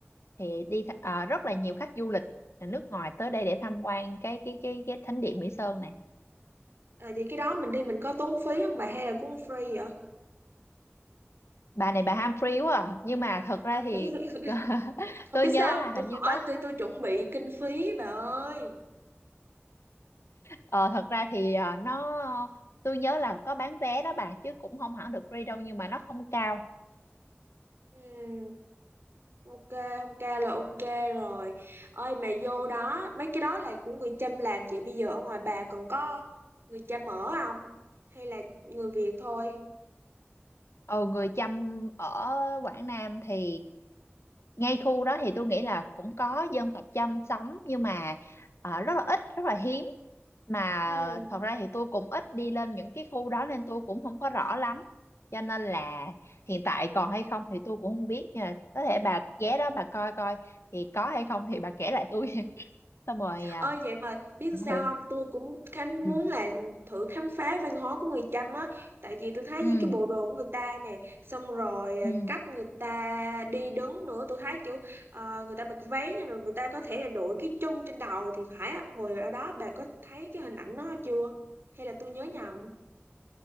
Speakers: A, on the left; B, on the right.
A: thì đi th- ờ, rất là nhiều khách du lịch là nước ngoài tới đây để tham quan cái cái cái cái thánh điện Mỹ Sơn này
B: à, vậy cái đó mình đi mình có tốn phí không bà hay là cũng free vậy
A: bà này bà ham free quá à. nhưng mà thật
B: <laughs>
A: ra thì <laughs>
B: không
A: tôi
B: biết
A: nhớ
B: sao
A: là
B: không
A: hình
B: tôi hỏi
A: như có
B: tôi tôi chuẩn bị kinh phí bà ơi
A: ờ, thật ra thì ờ, nó tôi nhớ là có bán vé đó bà chứ cũng không hẳn được free đâu nhưng mà nó không cao
B: ừm ok không ca là ok rồi ơi mà vô đó mấy cái đó là của người Chăm làm vậy bây giờ ở ngoài bà còn có người Chăm ở không hay là người Việt thôi
A: ừ, người Chăm ở Quảng Nam thì ngay khu đó thì tôi nghĩ là cũng có dân tộc Chăm sống nhưng mà ờ, rất là ít rất là hiếm mà
B: ừ
A: thật ra thì tôi cũng ít đi lên những cái khu đó nên tôi cũng không có rõ lắm cho nên là hiện tại còn hay không thì tôi cũng không biết nhưng mà có thể bà ghé đó bà coi coi thì có hay không thì bà kể lại tôi <laughs> xong rồi à,
B: ơi vậy mà biết sao
A: ừ
B: không tôi cũng khám muốn
A: ừ
B: là thử khám phá văn hóa của người Chăm á tại vì tôi thấy
A: ừ
B: những cái bộ đồ của người ta nè xong rồi à,
A: ừ
B: cách người ta đi đứng nữa tôi thấy kiểu ờ, người ta mặc váy nhưng rồi người ta có thể là đội cái chum trên đầu thì phải á hồi ở đó bà có thấy cái hình ảnh đó chưa hay là tôi nhớ nhầm